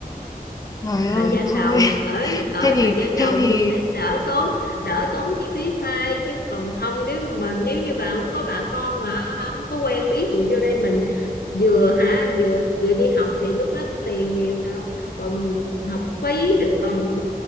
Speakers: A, on the left (about 25°); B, on the left (about 85°).
A: trời ơi
B: thời gian
A: thôi
B: đầu
A: <laughs>
B: ở ở
A: thế thì
B: thời gian
A: thế
B: đầu
A: thì
B: mình sẽ đỡ tốn đỡ tốn chi phí thuê chứ còn không nếu mình nếu như bà không có bà con hả không có quen biết gì vô đây mình vừa hả vừa vừa đi học thì lúc đó tiền nhiều đâu còn học phí rồi còn